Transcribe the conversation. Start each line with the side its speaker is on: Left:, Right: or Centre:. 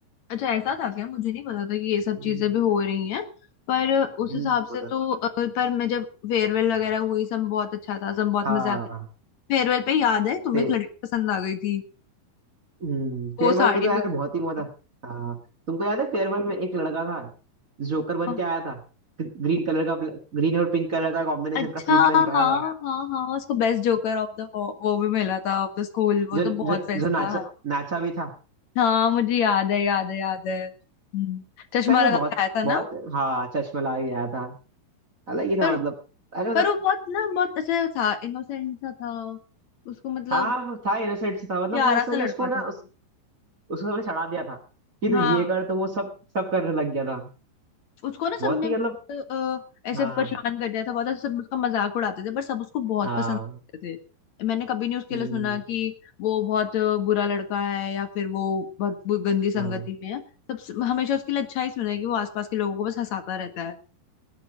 Left: अच्छा ऐसा था क्या मुझे नहीं पता था कि ये सब
Right: हम्म
Left: चीजें भी हो रही हैं पर उस
Right: हम्म,
Left: हिसाब से
Right: वो तो
Left: तो अ, पर मैं जब फेयरवेल वगैरह हुई सब बहुत अच्छा था सब बहुत
Right: हाँ
Left: मजा आया फेयरवेल पे याद है तुम्हें
Right: फे,
Left: एक लड़की पसंद आ गई थी
Right: हम्म, फेयरवेल
Left: वो साड़ी
Right: पे तो यार
Left: में थी।
Right: बहुत ही हुआ था हाँ तुमको याद है फेयरवेल में एक लड़का था जोकर बन
Left: हाँ,
Right: के आया था ग्रीन कलर का ग्रीन और पिंक कलर का कॉम्बिनेशन
Left: अच्छा
Right: का सूट पहन
Left: हाँ
Right: के आया
Left: हाँ
Right: था
Left: हाँ हाँ उसको बेस्ट जोकर ऑफ द वो, वो भी मिला था ऑफ द स्कूल वो
Right: जो
Left: तो बहुत
Right: जो
Left: बेस्ट
Right: जो नाचा
Left: था हाँ
Right: नाचा भी था
Left: हाँ मुझे याद है याद है याद है हम्म, चश्मा
Right: उस टाइम तो
Left: लगा
Right: बहुत
Left: के आया था ना
Right: बहुत हाँ चश्मा लगा के आया था अलग ही था
Left: पर
Right: मतलब अरे मतलब
Left: पर वो बहुत ना बहुत ऐसे था इनोसेंट सा था उसको मतलब
Right: हाँ वो था इनोसेंट था मतलब
Left: प्यारा
Right: वो ऐसा
Left: सा
Right: ही
Left: लड़का
Right: उसको
Left: था
Right: ना
Left: वो
Right: उस, उसको हमने चढ़ा दिया था कि तू
Left: हाँ
Right: ये कर तो वो सब सब करने लग गया था
Left: उसको ना
Right: बहुत
Left: सबने
Right: ही मतलब
Left: अ, ऐसे
Right: हाँ
Left: परेशान कर दिया था बहुत सब उसका मजाक उड़ाते थे पर सब उसको बहुत
Right: हाँ
Left: पसंद करते थे मैंने कभी नहीं उसके
Right: हम्म,
Left: लिए सुना कि वो बहुत बुरा लड़का है या फिर वो बहुत बु- गंदी संगति
Right: हाँ
Left: में है सब हमेशा उसके लिए अच्छा ही सुना है कि वो आसपास के लोगों को बस हंसाता रहता है